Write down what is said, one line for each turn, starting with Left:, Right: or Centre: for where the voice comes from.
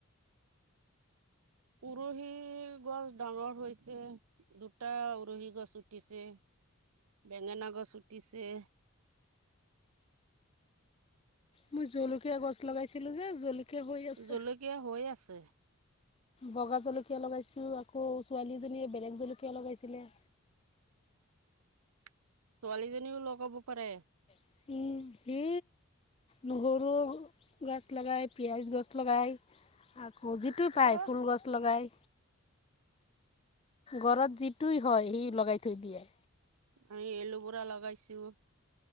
Right: উৰহি গছ ডাঙৰ হৈছে, দুটা উৰহি গছ উঠিছে। বেঙেনা গছ উঠিছে।
Left: মই জলকীয়া গছ লগাইছিলো যে জলকীয়া হৈ আছে
Right: জলকীয়া হৈ আছে।
Left: বগা জলকীয়া লগাইছো। আকৌ ছোৱালীজনীয়ে বেলেগ জলকীয়া লগাইছিলে।
Right: উম। ছোৱালীজনীও লগাব পাৰে।
Left: উম, সি নহৰু গছ লগায়। পিয়াঁজ গছ লগায়। আকৌ যিটো
Right: এ
Left: পাই, ফুল গছ লগাই। ঘৰত যিটোই হয় সি লগাই থৈ দিয়ে।
Right: এই এলোভেৰা লগাইছো।